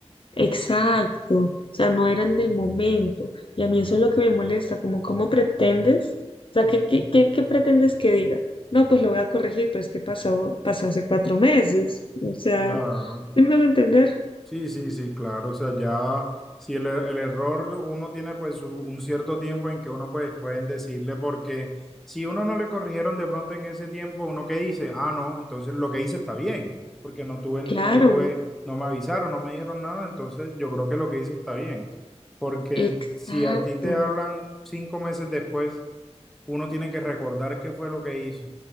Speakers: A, on the left; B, in the centre.
A: Exacto, o sea, no eran del momento. Y a mí eso es lo que me molesta, como cómo pretendes, o sea, ¿qué, qué, qué- qué pretendes que diga? No, pues lo voy a corregir, pero es que pasó, pasó hace cuatro meses. O sea,
B: Claro.
A: ¿sí me va a entender?
B: Sí, sí, sí, claro. O sea, ya si el, el error uno tiene pues su- un cierto tiempo en que uno pues pueden decirle porque si uno no le corrigieron de pronto en ese tiempo, uno que dice, ah, no, entonces lo que hice está bien, porque no tuve, no
A: Claro,
B: tuve, no me avisaron, no me dijeron nada, entonces yo creo que lo que hice está bien. Porque
A: exacto.
B: si a ti te hablan cinco meses después, uno tiene que recordar qué fue lo que hizo